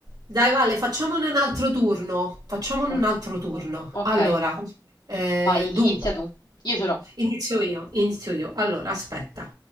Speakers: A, on the right; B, on the left.
A: Dai Vale, facciamone un altro turno. Facciamone
B: Oh,
A: un altro turno.
B: ok,
A: Allora, eh,
B: vai, inizia
A: dunque,
B: tu. Io ce l'ho.
A: inizio io, inizio io. Allora, aspetta.